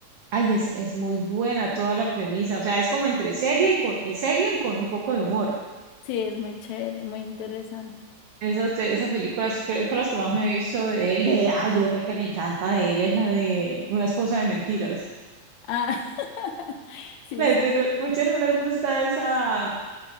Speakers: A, on the right (about 70°); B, on the left (about 80°).
A: Ay, es, es muy buena toda la premisa. O sea, es como entre seria y con, es seria y con un poco de humor.
B: Sí, es muy chévere, muy interesante.
A: Esas, te- esas películas creo que las que más me he visto de él. De, hay otra que me encanta de él, es la de Una esposa de mentiras.
B: Ah, <laughs> sí,
A: La
B: sí.
A: gente no, muchas no les gusta esa,